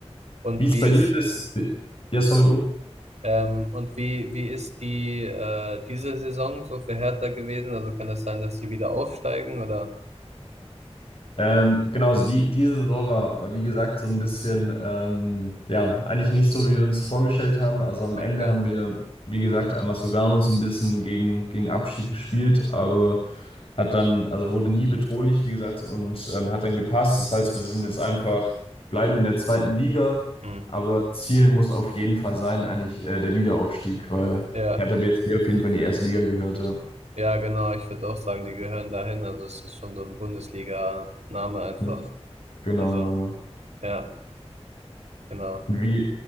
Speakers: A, on the right; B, on the left.
A: Und
B: Wie es
A: wie
B: bei
A: ist,
B: dir ist. Ja, sorry, du.
A: ähm, und wie, wie ist die, äh, diese Saison so für Hertha gewesen? Also kann das sein, dass sie wieder aufsteigen oder?
B: Ähm, genau, also die, diese Saison war, war, wie gesagt, so ein bisschen, ähm, ja, eigentlich nicht so, wie wir uns vorgestellt haben. Also am
A: Okay.
B: Ende haben wir, wie gesagt, einfach sogar uns ein bisschen gegen, gegen Abschied gespielt, aber. Hat dann, also wurde nie bedrohlich, wie gesagt, und ähm, hat dann gepasst. Das heißt, wir sind jetzt einfach, bleiben in der zweiten Liga,
A: Hm.
B: aber Ziel muss auf jeden Fall sein, eigentlich äh, der Wiederaufstieg, weil
A: Ja,
B: Hertha BSC auf jeden Fall in die erste Liga gehörte.
A: ja, genau. Ich würde auch sagen, die gehören dahin. Also es ist schon so ein Bundesliga-Name einfach.
B: Ja. Ja, Genau,
A: Also,
B: naja.
A: ja, genau.
B: Wie,